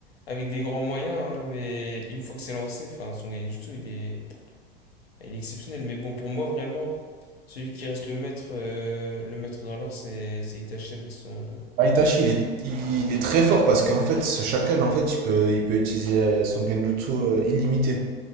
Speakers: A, on the left (about 70°); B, on the right (about 30°).
A: avec des grands moyens, hein, mais une fois que c'est lancé, enfin, son gain du tout, il est, il est exceptionnel. Mais bon, pour moi, vraiment, celui qui reste le maître, euh, le maître dans l'art, c'est c'est Itachi avec son,
B: Ah, Itachi il est, il est très fort parce qu'en fait ce chacal en fait il peut, il peut utiliser euh, son genjutsu euh, illimité.